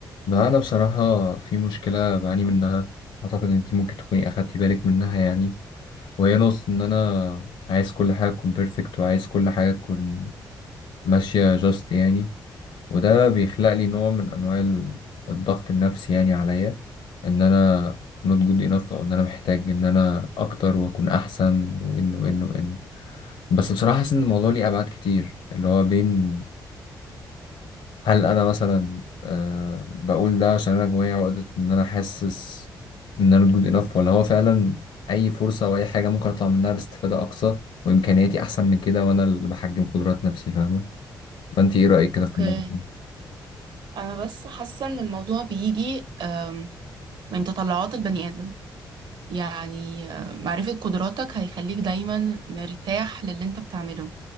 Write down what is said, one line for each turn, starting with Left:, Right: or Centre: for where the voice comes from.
Left: لا أنا بصراحة في مشكلة بعاني منها أعتقد أنت ممكن تكوني أخدتي بالك منها يعني وهي نقص إن أنا عايز كل حاجة تكون بيرفكت وعايز كل حاجة تكون ماشية جاست يعني وده بيخلق لي نوع من أنواع ال- الضغط النفسي يعني عليا إن أنا not good enough أو إن أنا محتاج إن أنا أكتر وأكون أحسن وإن وإن وإن بس بصراحة حاسس إن الموضوع ليه أبعاد كتير اللي هو بين هل انا مثلا أه بقول ده عشان انا جوايا عقدة ان انا حاسس ان انا جود انف ولا هو فعلا اي فرصة او اي حاجة ممكن اطلع منها باستفادة اقصى وامكانياتي احسن من كده وانا اللي بحجم قدرات نفسي فاهمة فانت ايه رأيك كده
Right: اوكي
Left: في الموضوع ده؟
Right: انا بس حاسه ان الموضوع بيجي آم، من تطلعات البني ادم يعني آه، معرفه قدراتك هيخليك دايما مرتاح للي انت بتعمله